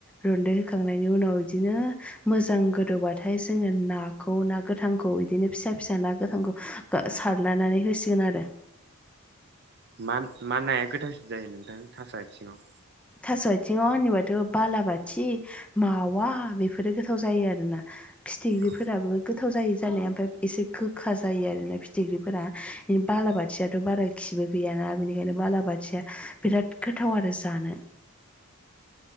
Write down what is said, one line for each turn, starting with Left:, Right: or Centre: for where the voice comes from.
Centre: रुन्दै होखांनायनि उनाव बिदिनो मोजां गोदौबथाय नाथाय जोङो नाखौ ना गोथांखौ इदिनो फिसा फिसा ना गोथांखौ सारलायनानै होसिगोन आरो
Right: मा मा नाया गोथावसिन जायो नोंथां थास आथिङाव
Centre: थास' आथिङाव होननिबाथ' बालाबाथि मावा बेफोरो गोथाव जायो आरोना फिथिख्रिफोराबो
Right: औ
Centre: गोथाव जायो जानाया ओमफाय एसे गोखा जायो आरोना फिथिख्रिफोरा बालाबाथियाथ'
Right: औ
Centre: बारा खिबो गैयाना बेनिखायनो बालाबाथिया बिराद गोथाव गोथाव आरो जानो